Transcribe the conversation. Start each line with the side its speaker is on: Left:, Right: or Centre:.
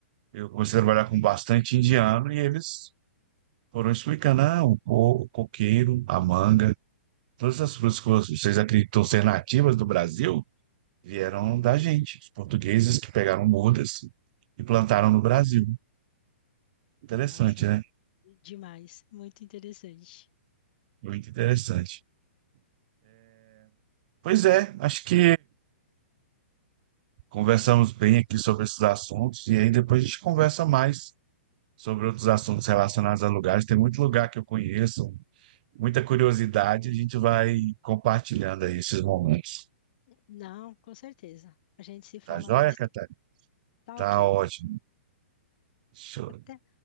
Right: eu comecei a trabalhar com bastante indiano e eles Foram explicando, ah, o co- o coqueiro, a manga, todas as frutas que vocês acreditam ser nativas do Brasil vieram da gente, os portugueses que pegaram mudas e plantaram no Brasil. Interessante,
Left: Nossa, é
Right: né?
Left: demais, muito interessante.
Right: Muito interessante. Pois é, acho que conversamos bem aqui sobre esses assuntos e aí depois a gente conversa mais sobre outros assuntos relacionados a lugares. Tem muito lugar que eu conheço, muita curiosidade, a gente vai compartilhando aí esses momentos.
Left: Não, com certeza. A gente se fala
Right: Tá joia,
Left: mais.
Right: Catarina?
Left: tarde. Tá
Right: Tá
Left: ok.
Right: ótimo. Show.
Left: Até.